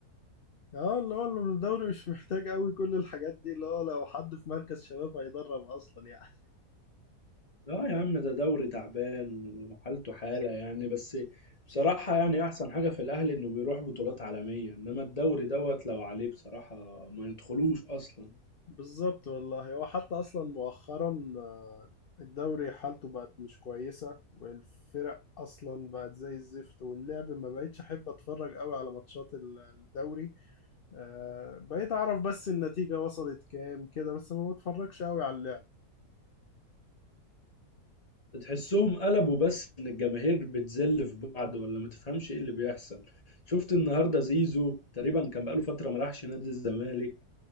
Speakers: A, on the left; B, on the left.
A: اه اللي هو الدوري مش محتاج قوي كل الحاجات دي اللي هو لو حد في مركز شباب هيدرب اصلا يعني
B: لا يا عم ده دوري تعبان وحالته حالة يعني بس بصراحة يعني احسن حاجة في الاهلي انه بيروح بطولات عالمية انما الدوري دوت لو عليه بصراحة ما يدخلوش اصلا
A: بالظبط والله هو حتى اصلا مؤخرا آه، الدوري حالته بقت مش كويسه والفرق اصلا بقت زي الزفت واللعب ما بقتش احب اتفرج قوي على ماتشات ال- الدوري آه، بقيت اعرف بس النتيجه وصلت كام كده بس ما بتفرجش قوي على اللعب
B: تحسهم قلبوا بس ان الجماهير بتذل في بعض ولا ما تفهمش ايه اللي بيحصل شفت النهارده زيزو تقريبا كان بقاله فتره ما راحش نادي الزمالك